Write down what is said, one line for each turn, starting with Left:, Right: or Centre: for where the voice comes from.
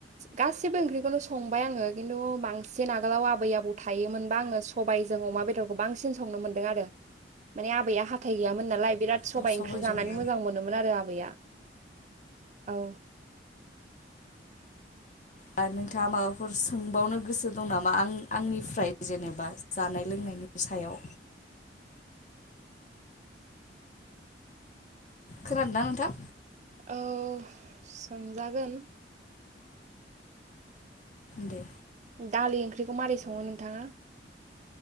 Right: गासिबो ओंख्रिखौनो संबाय आङो। खिन्थु बांसिन आगोलाव आबै आबौ थायोमोनबा आङो सबायजों अमा बेदरखौ बांसिन संनो मोनदों आरो माने आबैया हाथाइ गैयामोन नालाय बिराद सबाइ
Left: औ सबायजों
Right: ओंख्रि जानानै
Left: औ
Right: मोजां मोनोमोन आरो आबैया। औ
Left: अह। नोंथाङा माबाफोर सोंबावनो गोसो दं नामा आं आंनिफ्राय जेनेबा जानाय लोंनायनि सायाव? खोनादोंना नोंथां?
Right: औ सोंजागोन।
Left: दे।
Right: दालि ओंख्रिखौ मारै सङो नोंथाङा?